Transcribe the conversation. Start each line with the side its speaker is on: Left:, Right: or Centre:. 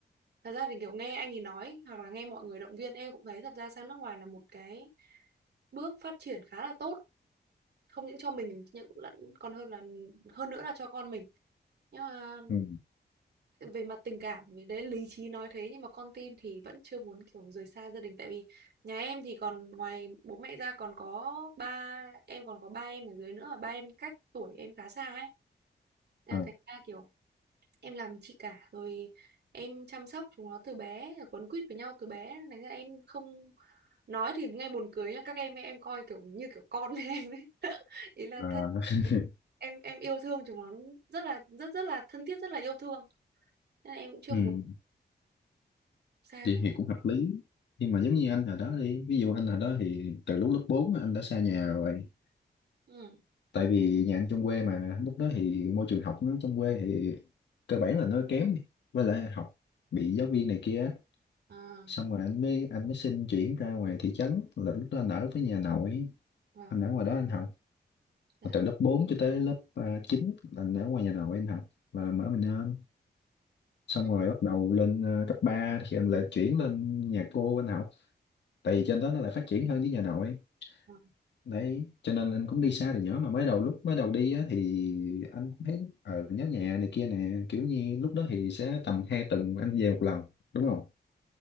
Right: thật ra thì kiểu nghe anh ấy nói hoặc là nghe mọi người động viên em cũng thấy thật ra sang nước ngoài là một cái bước phát triển khá là tốt không những cho mình nhưng cũng lẫn còn hơn là hơn nữa là cho con mình nhưng mà
Left: ừ,
Right: về mặt tình cảm thì đấy lý trí nói thế nhưng mà con tim thì vẫn chưa muốn kiểu rời xa gia đình tại vì nhà em thì còn ngoài bố mẹ ra còn có ba em còn có ba em ở dưới nữa và ba em cách tuổi em khá xa ấy Nên
Left: à,
Right: là thành ra kiểu em làm chị cả rồi em chăm sóc chúng nó từ bé rồi quấn quýt với nhau từ bé nên là em không nói thì nghe buồn cười nhưng các em em coi kiểu như kiểu con <laughs> với em ấy <laughs> ý là
Left: à.
Right: thật
Left: <laughs>
Right: em em yêu thương chúng nó rất là rất rất là thân thiết rất là yêu thương nên là em cũng chưa
Left: Ừ,
Right: muốn xa
Left: thì,
Right: chúng
Left: thì cũng
Right: nó
Left: hợp lý nhưng mà giống như anh hồi đó đi ví dụ anh hồi đó thì từ lúc lớp 4 anh đã xa nhà rồi
Right: ừ
Left: tại vì nhà anh trong quê mà lúc đó thì môi trường học nó trong quê thì cơ bản là nó kém đi. với lại học bị giáo viên này kia á.
Right: à
Left: xong rồi anh mới anh mới xin chuyển ra ngoài thị trấn là lúc đó anh ở với nhà nội
Right: vâng
Left: anh ở ngoài đó anh học
Right: dạ
Left: Và từ lớp 4 cho tới lớp à, 9 là anh ở ngoài nhà nội anh học và mở mình lên xong
Right: ừ
Left: rồi bắt đầu lên à, cấp 3 thì anh lại chuyển lên nhà cô anh học tại vì trên đó nó lại phát triển hơn với nhà nội
Right: vâng.
Left: đấy cho nên anh cũng đi xa từ nhỏ mà mới đầu lúc mới đầu đi á, thì anh cũng thấy ở nhớ nhà này kia nè kiểu như lúc đó thì sẽ tầm hai tuần anh về một lần đúng không